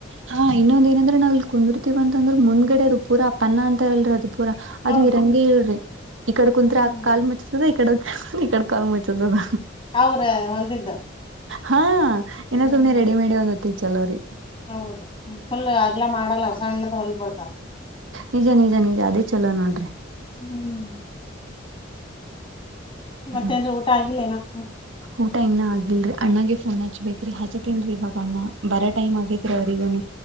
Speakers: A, on the right (about 85°); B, on the left (about 30°).
A: ಹಾ ಇನ್ನೊಂದ ಏನಂದ್ರೆ ನಾವು ಇಲ್ ಕುಂದಿರ್ತಿವ ಅಂತ ಅಂದ್ರು ಮುಂದ್ಗಡೆ ಅದು ಪೂರಾ ಪನ್ನಾ ಅಂತಾರಲ್ರಿ ಅದು ಪೂರ
B: ಹೌದು
A: ಅದು ಇರಂಗೆ ಇಲ್ರಿ ಈ ಕಡೆ ಕುಂತ್ರೆ
B: ಹ್ಮ್
A: ಆ ಕಾಲ್ ಮುಚ್ತದೆ. ಇ ಇಡೆ ಈ ಕಡೆ ಕಾಲ್ ಮುಚ್ಚುತ್ತದ.
B: ಅವ್ರ ಹೊಲ್ದಿದ್ದ
A: ಹಾ ಇನ್ನು
B: ಹ್ಮ್
A: ಸುನೆ ರೆಡಿಮೇಡ್ <unintelligible> ತಿ ಚಲೋ ರಿ
B: ಹೌದು ಫುಲ್ ಅಗ್ಲಾ ಮಾಡಲ್ಲ ಅವ್ರ್ ಸಣ್ಣದ ಹೊಲ್ದ್ ಕೊಡ್ತಾರ.
A: ನಿಜ ನಿಜ ನಿಜ ಅದೇ ಚಲೋ ನೋಡ್ರಿ.
B: ಹ್ಮ್. ಮತ್ತೇನ್ರಿ
A: ಹ್ಮ್
B: ಊಟ ಆಗಿಲ್ಲ ಇನ್ನಾ. ಹ್ಮ್.
A: ಊಟ ಇನ್ನ ಆಗಿಲ್ರಿ ಅಣ್ಣಂಗೆ ಫೋನ್ ಹಚ್ಬೇಕ್ರಿ ಹಚತಿನ್ರಿ ಇವಾಗ ಅಣ್ಣ ಬರ ಟೈಮ್ ಆಗೇತ್ ರಿ ಅವ್ರಿಗೂನು.